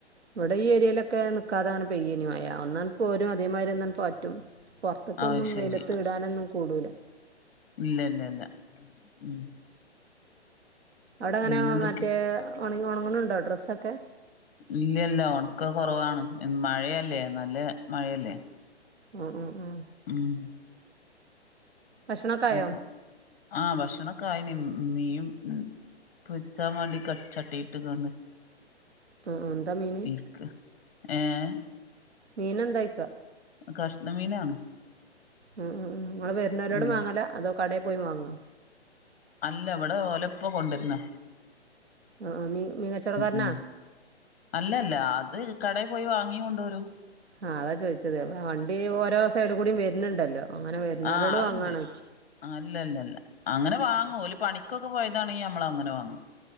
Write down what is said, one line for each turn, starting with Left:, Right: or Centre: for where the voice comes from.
Right: ഇവിടെ ഈ ഏരിയലൊക്കെ നൽക്കാതെങ്ങെ പെയ്യനി മയാ ഒന്നാൽ അങ്ങ് പോരും അതേമാതിരി എന്നന്നാൽ പറ്റും പൊറത്തേക്കൊന്നും
Left: അത് ശരി
Right: വെയിലത്ത് ഇടാനൊന്നും കൂടൂല
Left: ഇല്ല ഇല്ല ഇല്ല ഉം
Right: അവിടെ അങ്ങനെ
Left: പിന്നെ എന്തൊക്കെ
Right: മറ്റേ ഉണങ്ങി ഉണങ്ങണണ്ടോ ഡ്രസ്സൊക്കെ
Left: ഇല്ലല്ല ഉണക്ക കുറവാണ് മഴയല്ലേ നല്ല മഴയല്ലേ
Right: ഉം ഉം ഉം
Left: ഉം
Right: ഭക്ഷണൊക്കെ ആയോ
Left: അപ്പൊ ആഹ് ഭക്ഷണക്കൊയന മീയും ഉ പൊരിച്ചാൻ വേണ്ടി ചട്ടി ഇട്ടക്കണ്ട്
Right: ആഹ് ആഹ് എന്താ മീന്
Left: ഇക്ക് ആഏ
Right: മീനന്തായക്ക
Left: കഷ്ണമീനാണ്
Right: ഉം ഉം ഉം നിങ്ങങ്ങള് വരുന്നവരോട്
Left: ഉം
Right: വാങ്ങല അതോ കടയിൽ പോയി വാങ്ങോ
Left: അല്ല ഇവിടെ ഓലപ്പോ കൊണ്ടിരുന്ന
Right: ആ മീ മീകച്ചോട കാരന
Left: ഉം അല്ലല്ല അത് കടയിൽ പോയി വാങ്ങി കൊണ്ടുവരൂ
Right: ആഹ് അതാ ചോദിച്ചത് അ വണ്ടി ഓരോ സൈഡ് കൂടും വരുന്നുണ്ടല്ലോ അങ്ങനെ വരുന്നോലോട്
Left: ആഹ് അതുണ്ട്
Right: വാങ്ങാണോ ചോയിച്ചു
Left: അല്ലല്ലല്ല അങ്ങനെ വാങ്ങോല് പണി ക്കൊക്കെ പോയതാെങ്കിൽ നമ്മൾ അങ്ങന വാങ്ങും